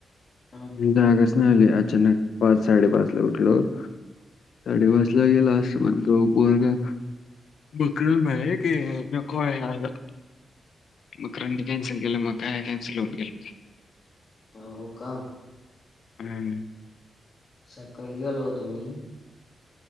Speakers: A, on the left; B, on the left.
A: हा.
B: जागच नाय आली अचानक पाच साडेपाच ला उठलो. साडेपाच ला गेलो आज सुमन जवळ कोण नाय. मकरंद भाई हाय की नको हाय यायला मकरंद नी कॅन्सल केलं मग काय कॅन्सल होऊन गेल.
A: अ हो का?
B: हम.
A: सकाळी गेलो होतो मी